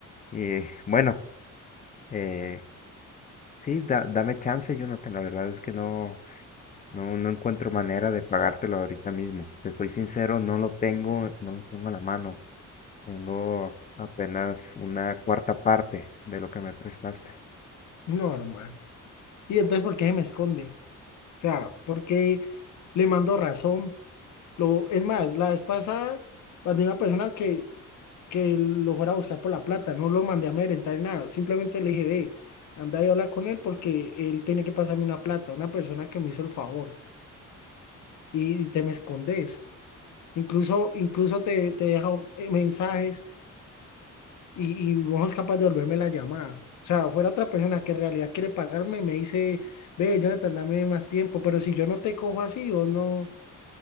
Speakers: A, on the left; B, on the left.
A: y bueno, eh, sí, da- dame chance, Jonathan, la verdad es que no, no, no encuentro manera de pagártelo ahorita mismo, te soy sincero, no lo tengo, no lo tengo a la mano, tengo apenas una cuarta parte de lo que me prestaste.
B: No, hermano. Y entonces, ¿por qué se me esconde? O sea, ¿por qué le mando razón? Lo, es más, la vez pasada mandé una persona que, que lo fuera a buscar por la plata, no lo mandé a amedrentar ni nada, simplemente le dije, ve, anda y habla con él porque él tiene que pasarme una plata, una persona que me hizo el favor y, y te me escondes. Incluso, incluso te, te deja eh, mensajes y, y no es capaz de devolverme la llamada. O sea, fuera otra persona que en realidad quiere pagarme, me dice, ve, Jonathan, dame más tiempo, pero si yo no te cojo así, vos no, o